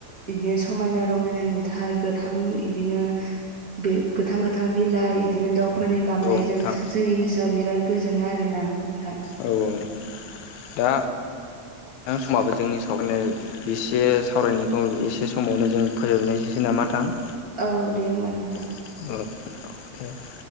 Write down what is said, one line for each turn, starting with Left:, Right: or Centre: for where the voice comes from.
Right: बिदिनो समायना रमायना नुथाय गोथां बिदिनो बे गोथां गोथां बिलाइ बिदिनो दाउफोरनि गामनायजों
Left: नोंथां
Right: जोंनि गोसोआ बिराद गोजोनो आरोना। ओमफ्राय
Left: औ औ दा समाबो जोंनि सावनाय एसे सावरायनायखौ एसे समावनो जों फोजोबनोसैसो नामा नोंथां?
Right: औ दे होमबा नोंथां।
Left: ओ